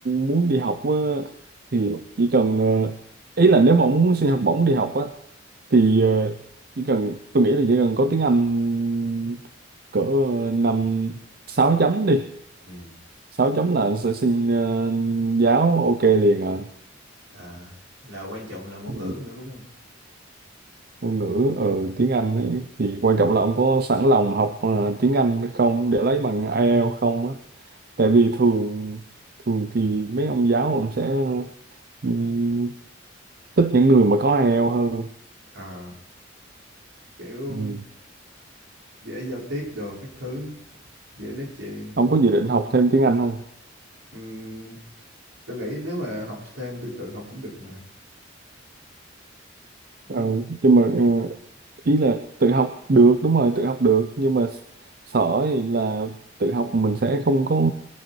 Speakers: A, on the right; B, on the right.
A: muốn đi học á, thì
B: Ừ.
A: chỉ cần ờ, ý là nếu mà ông muốn xin học bổng đi học á
B: Ừ.
A: thì ờ, chỉ cần tôi nghĩ là chỉ cần có tiếng Anh cỡ ờ, năm sáu chấm đi
B: Ừ.
A: sáu chấm là anh sẽ xin ờ, giáo ok liền à
B: à là quan trọng là ngôn
A: Ừ.
B: ngữ nữa đúng không
A: ngôn ngữ ở tiếng Anh ấy, thì quan trọng là ông có sẵn lòng học ờ, tiếng Anh không để lấy bằng IELTS không á tại vì thường thường thì mấy ông giáo ông sẽ ừm, thích những người mà có IELTS hơn
B: à kiểu
A: Ừm.
B: dễ giao tiếp đồ các thứ dễ nói chuyện
A: ông có dự định học thêm tiếng Anh không
B: Ừm, tôi nghĩ nếu mà học thêm tôi tự học cũng được mà đúng
A: Ờ,
B: không
A: nhưng mà ờ, ý là tự học được đúng rồi tự học được nhưng mà s- sợ thì là tự học mình sẽ không có